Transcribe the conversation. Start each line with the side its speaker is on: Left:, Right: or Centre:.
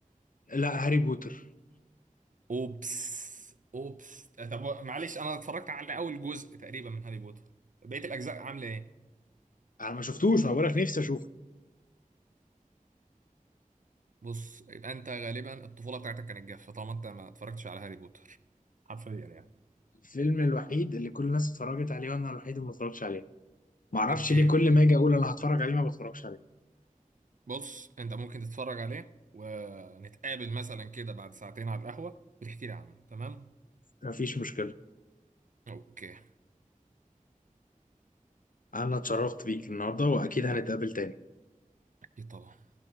Left: لا هاري بوتر
Right: اوبس اوبس طب معلش انا اتفرجت على اول جزء تقريبا من هاري بوتر بقيه الاجزاء عامله ايه
Left: انا ما شفتوش ما بقولك نفسي اشوفه
Right: بص يبقى انت غالبا الطفوله بتاعتك كانت جافه طالما انت ما اتفرجتش على هاري بوتر حرفيا يعني
Left: الفيلم الوحيد اللي كل الناس اتفرجت عليه وانا الوحيد اللي ما اتفرجتش عليه ما اعرفش
Right: اوكي
Left: ليه كل ما اجي اقول انا هتفرج عليه ما بتفرجش عليه
Right: بص انت ممكن تتفرج عليه ونتقابل مثلا كده بعد ساعتين على القهوه وتحكي لي عنه تمام
Left: مفيش مشكله
Right: اوكي
Left: انا اتشرفت بيك النهارده واكيد هنتقابل تاني
Right: اكيد طبعا